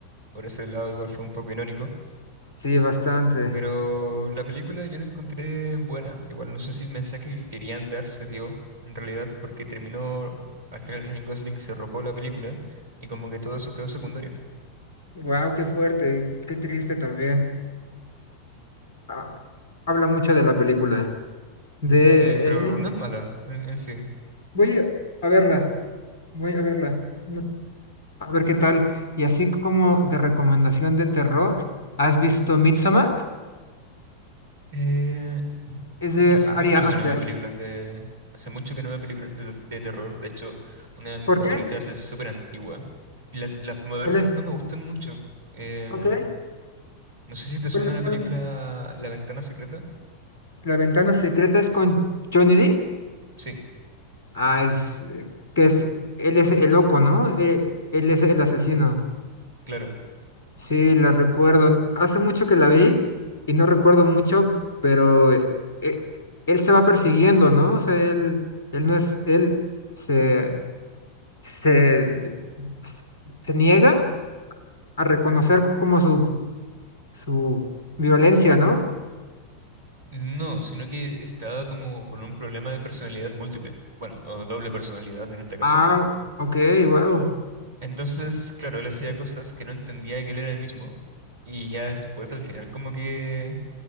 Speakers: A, on the right; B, on the left.
A: por ese lado igual fue un poco irónico.
B: Sí, bastante.
A: Pero la película yo la encontré buena. Igual no sé si el mensaje que querían dar se dio en realidad porque terminó, al final Ryan Gosling se robó la película y como que todo eso quedó secundario.
B: Wow, qué fuerte. Qué triste también. Ah, habla mucho de la película. De,
A: Sí, pero
B: eh,
A: no es mala en, en sí.
B: voy a a verla. Voy a verla. no- A ver qué tal. Y así como de recomendación de terror, ¿has visto Midsommar?
A: Eh,
B: Es de
A: es que hace
B: Ari
A: mucho
B: Aster.
A: que no veo películas de... Hace mucho que no veo películas de, de terror. De hecho, una de mis
B: ¿Por
A: favoritas
B: qué?
A: es súper antigua. Las, las modernas
B: ¿Cuál es?
A: no me gustan mucho. Em,
B: Ok.
A: no sé si te suena
B: ¿Cuáles
A: la
B: son?
A: película La Ventana Secreta.
B: La ventana secreta es con Johnny Depp.
A: Sí,
B: Ah, es eh, que es él es el loco, ¿no? Eh, él es el asesino.
A: claro.
B: Sí, la recuerdo. Hace mucho que la vi y no recuerdo mucho, pero eh, eh, él se va persiguiendo, ¿no? O sea, él, él no es él se se, se niega a reconocer como su, su violencia, ¿no?
A: No, sino que estaba como con un problema de personalidad múltiple. Bueno, o doble personalidad en este caso.
B: Ah, ok, wow.
A: Entonces, claro, él hacía cosas que no entendía que él era el mismo. Y ya después al final como que